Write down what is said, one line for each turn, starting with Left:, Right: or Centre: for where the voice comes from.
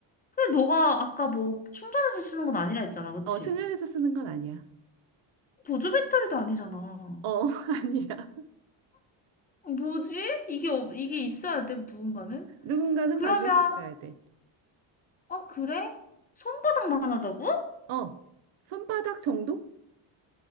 Left: 근데 너가 아까 뭐 충전해서 쓰는 건 아니라 했잖아, 그치?
Right: 어, 충전해서 쓰는 건 아니야.
Left: 보조 배터리도 아니잖아.
Right: 어, <laughs> 아니야.
Left: 어, 뭐지? 이게, 없- 이게 있어야 돼, 누군가는?
Right: 누군가는
Left: 그러면,
Right: 반드시 있어야 돼.
Left: 어, 그래? 손바닥만 하다고?
Right: 어, 손바닥 정도?